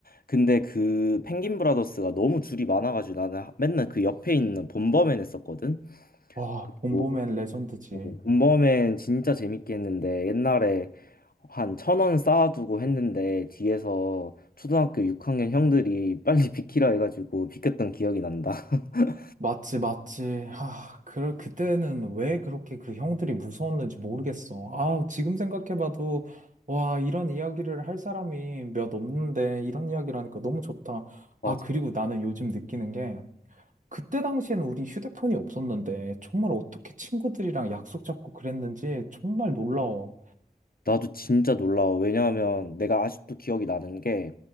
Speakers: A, on the left; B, on the right.
A: 근데 그 펭귄 브라더스가 너무 줄이 많아가지고 나는 맨날 그 옆에 있는 본범맨 했었거든.
B: 와, 봄봄엔
A: 뭐
B: 보맨 레전드지.
A: 오, 본범엔 진짜 재밌게 했는데 옛날에 한 천원 쌓아두고 했는데 뒤에서 초등학교 6학년 형들이 빨리 <laughs> 비키라 해가지고 비켰던 기억이 난다. <laughs>
B: 맞지, 맞지. 아, 그럴 그때는 왜 그렇게 그 형들이 무서웠는지 모르겠어. 아, 지금 생각해봐도 와, 이런 이야기를 할 사람이 몇 없는데 이런 이야기를 하니까 너무 좋다.
A: 맞아.
B: 아, 그리고 나는 요즘 느끼는 게 그때 당시엔 우리 휴대폰이 없었는데 정말 어떻게 친구들이랑 약속 잡고 그랬는지 정말 놀라워.
A: 나도 진짜 놀라워. 왜냐하면 내가 아직도 기억이 나는 게